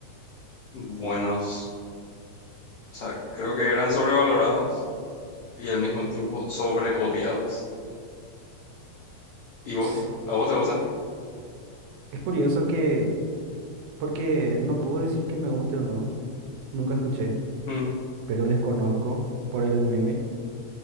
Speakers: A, on the left (about 90°); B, on the right (about 80°).
A: buenos. O sea, creo que eran sobrevalorados y al mismo tiempo sobreodiados. ¿Y vos?
B: Sí,
A: ¿A vos te gusta?
B: Es curioso que, porque no puedo decir que me guste o no, nunca escuché,
A: Mm,
B: pero les conozco por el meme